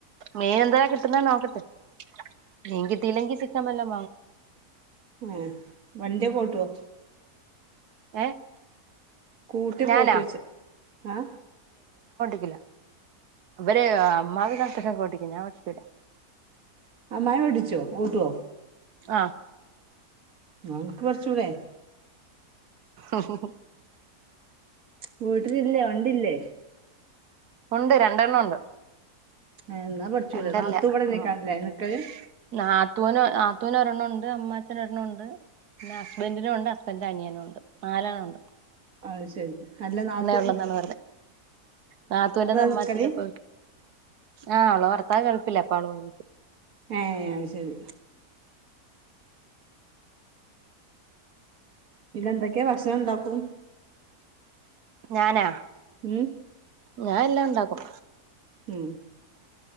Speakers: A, on the right; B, on the right.
A: മീൻ എന്താ കിട്ടുന്നേന്ന്നോക്കട്ട് മീൻ കിട്ടിയില്ലെങ്കിൽ ചിക്കൻ വല്ലോം വാങ്ങും
B: ആ വണ്ടിയെ ഓട്ടുവോ
A: ഏ
B: കൂട്ടിക്കൂട്ടി
A: ഞാനാ
B: വെച്ച് ആ
A: ക്കില്ല അവര് അമ്മാവി നാത്തൂനൊക്കെ ഓട്ടിക്കും ഞാൻ ഓട്ടിക്കൂല
B: അമ്മായി പഠിച്ചോ ഓട്ടുവോ
A: ആ
B: നമക്ക് പടിച്ചൂടെ
A: ഓഹോഹോ
B: <unintelligible> ഇല്ലേ ഉണ്ടില്ലേ
A: ഉണ്ട് രണ്ടെണ്ണം ഉണ്ട്
B: ഏഹ് എന്നാ പഠിച്ചൂടെ
A: രണ്ടല്ലാ
B: നാത്തൂ ഇവിടെന്നെക്കാരല്ലേ
A: മൂന്ന്
B: നിക്കല്
A: നാത്തൂന് ഒരെണ്ണം ഉണ്ട് അമ്മാച്ചനേട്ടനും ഉണ്ട് പിന്നെ ഹസ്ബൻന്റിനും ഉണ്ട് ഹസ്ബൻന്റിന്റെ അനിയനും ഉണ്ട് നാലാളുണ്ട്
B: അത് ശരി അല്ല നാത്തു
A: ഉള്ളെന്നാണ് നാത്തൂന്റെത് അമ്മാച്ചന്
B: നിക്കല്
A: ഇപ്പൊ ആഹ് അള ഭർത്താവ് ഗൾഫിലാ അപ്പൊ അവള് <unintelligible>
B: ഏഹ് അത് ശരി പിന്നെ എന്തൊക്കെ ഭക്ഷണം ഉണ്ടാക്കും
A: ഞാനാ
B: ഉം
A: ഞാൻ എല്ലാം ഉണ്ടാക്കും
B: ഉം